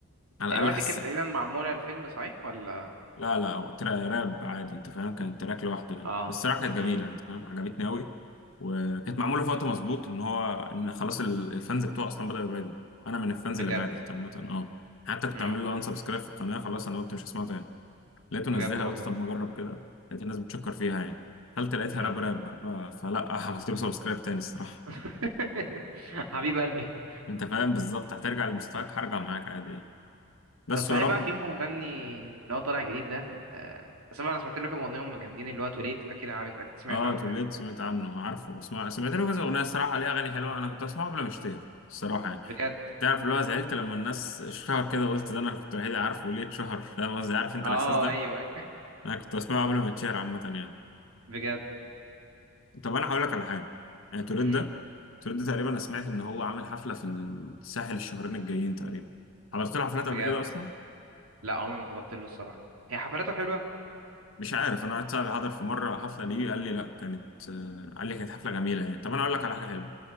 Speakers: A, on the left (about 60°); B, on the right (about 80°).
A: على
B: الواحد
A: الاقل حس
B: دي كانت تقريبا معمولة الفيلم صحيح ولا
A: لا لا هو ترا راب عادي انت فاهم كان تراك لوحده يعني
B: اه
A: بس الصراحه كانت جميله
B: امم
A: انت فاهم عجبتني قوي وكانت معموله في وقت مظبوط ان هو ان خلاص ال- الفانز بتوعه اصلا بداوا يبعدوا انا من الفانز
B: بجد
A: اللي بعدت عامه اه حتى كنت
B: امم
A: عامل له ان سبسكرايب في القناه خلاص انا قلت مش هسمعه تاني لقيته
B: بجد
A: نزلها
B: والله
A: قلت طب ما اجرب كده لقيت الناس بتشكر فيها يعني قلت لقيتها
B: امم
A: راب راب بقى. فلا <laughs> عملت له سبسكرايب تاني الصراحه
B: <laughs> حبيب قلبي
A: انت فاهم بالظبط هترجع لمستواك هرجع معاك عادي يعني. بس
B: طب صحيح
A: يا رب
B: بقى في مغني اللي هو طالع جديد ده آه. سمع انا سمعت له كام اغنيه هم جامدين اللي هو توليت اكيد عارف اكيد سمعت
A: اه
B: عنه
A: توليت
B: يعني
A: سمعت عنه عارفه اسمع سمعت له كذا اغنيه الصراحه ليه اغاني حلوه انا كنت اسمعه قبل ما اشتهر الصراحه يعني
B: بجد
A: تعرف اللي هو زعلت لما الناس اشتهر كده قلت ده انا اللي كنت الوحيد اللي عارفه ليه اتشهر فاهم قصدي عارف انت
B: اه
A: الاحساس ده
B: ايوه أيوه.
A: انا كنت اسمعه قبل ما اتشهر عامه يعني
B: بجد
A: طب انا هقول لك على حاجه يعني توليت
B: امم
A: ده توليت ده تقريبا انا سمعت ان هو عامل حفله في الساحل الشهرين الجايين تقريبا حضرت له حفلات قبل
B: بجد
A: كده اصلا؟
B: لا عمري ما حضرت له الصراحه هي حفلاته حلوه
A: مش عارف انا واحد صاحبي حضر في مره حفله ليه قال لي لا كانت آه، قال لي كانت حفله جميله يعني طب انا اقول لك على حاجه حلوه